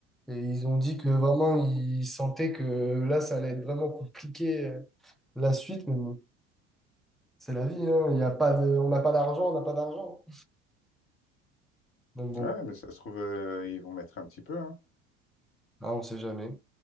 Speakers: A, in the centre; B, on the left.
A: Et ils ont dit que vraiment, ils sentaient que là, ça allait être vraiment compliqué, euh, la suite, mais bon, c'est la vie, hein. Il y a pas de... On n'a pas d'argent, on n'a pas d'argent. Donc bon,
B: Ouais,
A: bah,
B: mais ça se trouve, euh, ils vont mettre un petit peu, hein.
A: hein, on sait jamais.